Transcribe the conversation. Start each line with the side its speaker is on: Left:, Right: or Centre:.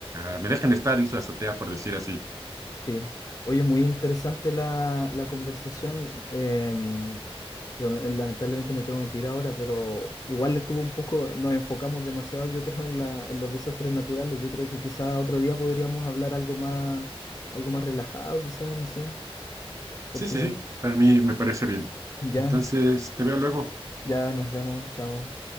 Right: a- me dejen estar en su azotea, por decir así.
Left: sí. Oye, muy interesante la, la conversación. em, Pero me- lamentablemente me tengo que ir ahora, pero igual estuvo un poco, nos enfocamos demasiado, yo creo, en la, en los desastres naturales. Yo creo que quizás otro día podríamos hablar algo más, algo más relajado, quizás, no sé, porque
Right: Sí, sí, sí, para mí me parece bien.
Left: ya,
Right: Entonces, te veo luego.
Left: ya nos vemos, chao.